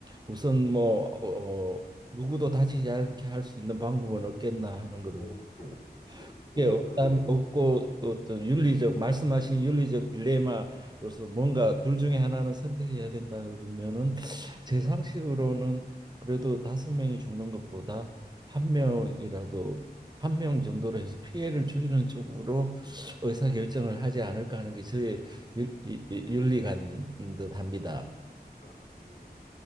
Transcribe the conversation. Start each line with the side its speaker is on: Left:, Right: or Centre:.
Right: 우선 뭐 어, 어, 누구도 다치지 않게 할 수 있는 방법은 없겠나 하는 거를
Left: 없죠.
Right: 묻고
Left: 예,
Right: 그게
Left: 없는
Right: 없다면
Left: 상황입니다.
Right: 없고 어떤 윤리적 말씀하신 윤리적 딜레마로서 뭔가 둘 중에 하나는 선택해야 된다 그러면은 제 상식으로는 그래도 다섯 명이 죽는 것보다 한 명이라도 한 명 정도로 해서 피해를 줄이는 쪽으로 의사 결정을 하지 않을까 하는 게 저의 윤- 이- 이- 윤리관인 듯합니다.
Left: 아, 예.